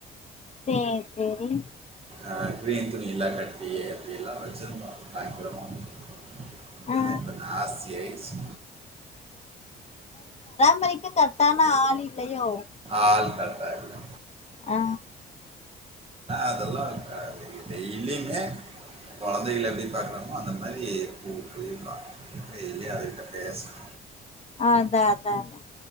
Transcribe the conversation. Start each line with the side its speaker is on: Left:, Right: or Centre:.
Left: சேர் சேரி
Right: அ கிரீன் துணி எல்லா கட்டி அப்படி எல்லா வெச்சிருந்தோ பயங்கரமா வந்து ஆனா
Left: ஆ
Right: இப்ப நாஸ்தி ஆயிருச்சு
Left: மரிக்க கரெட்டான ஆளில் லையோ
Right: ஆள் கரெக்டாக இல்லை
Left: ஆ
Right: அதெல்லா ஆ டெய்லியுமே கொழந்தைகள எப்டி பாக்கறோமோ அந்த மாரி பூக்களையு பாக்கனு டெய்லியு அதுகிட்ட பேசணு
Left: அதா அதா அதா